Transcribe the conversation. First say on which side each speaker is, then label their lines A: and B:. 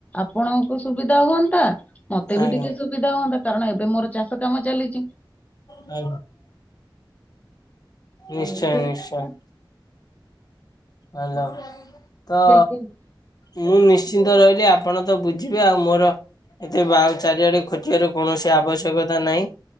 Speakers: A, on the left; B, on the left.
A: ଆପଣଙ୍କୁ ସୁବିଧା ହୁଅନ୍ତା, ମତେ
B: ଆଜ୍ଞା
A: ବି ଟିକେ ସୁବିଧା ହୁଅନ୍ତା, କାରଣ ଏବେ ମୋର ଚାଷ କାମ ଚାଲିଛି।
B: ହ
A: ଆଜ୍ଞା।
B: ନିଶ୍ଚୟ
A: ଆଜ୍ଞା
B: ନିଶ୍ଚୟ। ଆଲୋ ତ
A: କୁହନ୍ତୁ।
B: ମୁଁ ନିଶ୍ଚିନ୍ତ ରହିଲି, ଆପଣ ତ ବୁଝିବେ ଆଉ ମୋର ଏଥିରେ ବାହାଘର ଚାରିଆଡେ ଖୋଜିବାର କୌଣସି ଆବଶ୍ୟକତା ନାହିଁ।